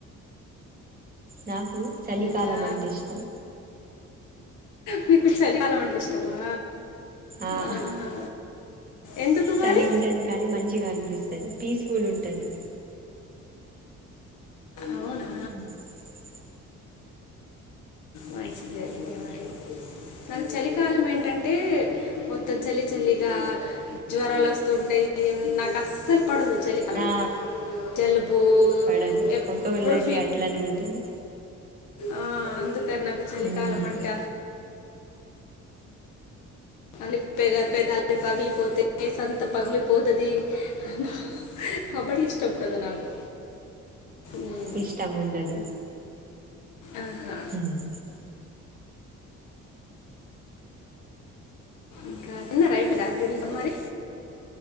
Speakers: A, on the right; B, on the left.
A: నాకు చలికాలం
B: ఇంకా
A: అంటే ఇష్టం.
B: మీకు చలి కాలం అంటే ఇష్టమా
A: ఆ
B: ఆహా. ఎందుకు
A: చలి
B: మరి
A: ఉంటది కానీ మంచిగా అనిపిస్తది పీస్ఫుల్ ఉంటది
B: అవునా
A: ఉ
B: మంచిదే అయితే మరి నాకు చలికాలం ఏంటంటే మొత్తం చలి చలిగా జ్వరాలు వస్తుంటాయి నాకు అస్సలు పడదు చలికాలం
A: ఆ
B: జలుబు
A: పడదు
B: ఎప్పుడు
A: ఒకవేల్ళకి అట్లనే ఉంటది.
B: ఆ అందుకని నాకు చలికాలం
A: ఉమ్
B: అంటే అస్ అని పె పెదల్ని పగిలిపోతే ఫేస్ సంత పగిలిపోతుంది అ కబడ్డి ఇష్టం కదా నాకు ఉమ్,
A: ఇష్టము ఉండదు.
B: ఆహా.
A: ఉమ్
B: ఇంకా తిన్నర అయిపోడా అదంత మరి